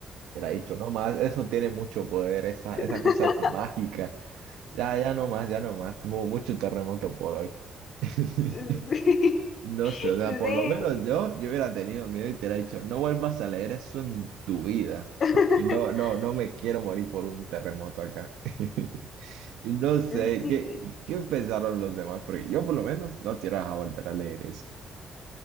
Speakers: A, on the right (about 85°); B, on the left (about 50°).
A: Era dicho, no más, eso tiene mucho poder, esa,
B: <laughs>
A: esa cosa es mágica. Ya, ya no más, ya no más. Mu- mucho terremoto por hoy. <laughs>
B: sí,
A: No sé, o sea,
B: sí.
A: por lo menos yo, yo hubiera tenido miedo y te hubiera dicho, no vuelvas a leer eso en tu vida.
B: <laughs>
A: <laughs> Que no, no, no me quiero morir por un terremoto acá. <laughs> Y no sé,
B: Sí,
A: ¿qué, qué pensaron los demás? Porque yo por lo menos no te ibas a volver a leer eso.